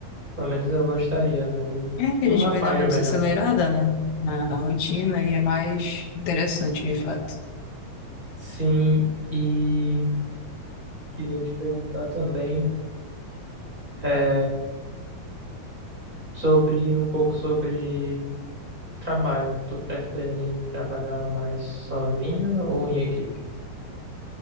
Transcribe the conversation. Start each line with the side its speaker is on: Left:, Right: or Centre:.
Right: Pelo menos eu gostaria, né, de,
Left: É que
Right: de
Left: a
Right: uma
Left: gente vai
Right: página
Left: dar uma
Right: melhor.
Left: desacelerada, né? Na, na rotina e é mais interessante, de fato.
Right: Sim, e queria te perguntar também é, sobre um pouco sobre Trabalho, tu prefere trabalhar mais sozinho ou em equipe?